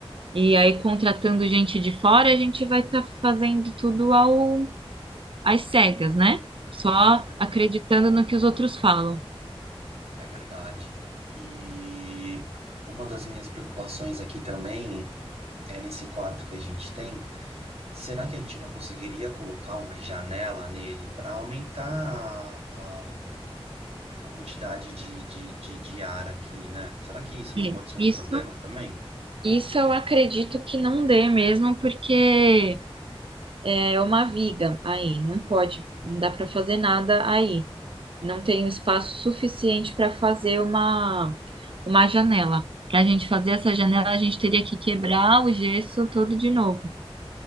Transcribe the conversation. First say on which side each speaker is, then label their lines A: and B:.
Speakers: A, on the right (about 60°); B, on the right (about 80°).
A: E aí, contratando gente de fora, a gente vai estar fazendo tudo ao, às cegas, né? Só
B: É ver-
A: acreditando no que os outros falam.
B: é verdade. E uma das minhas preocupações aqui também é nesse quarto que a gente tem. Será que a gente não conseguiria colocar uma janela nele para aumentar a, a, a quantidade de, de, de, de ar aqui, né? Será que isso
A: É,
B: não pode ser
A: Isso,
B: um problema também?
A: isso eu acredito que não dê mesmo, porque é uma viga aí, não pode, não dá para fazer nada aí. não tenho espaço suficiente para fazer uma, uma janela. Para a gente fazer essa janela, a gente teria que quebrar o gesso todo de novo.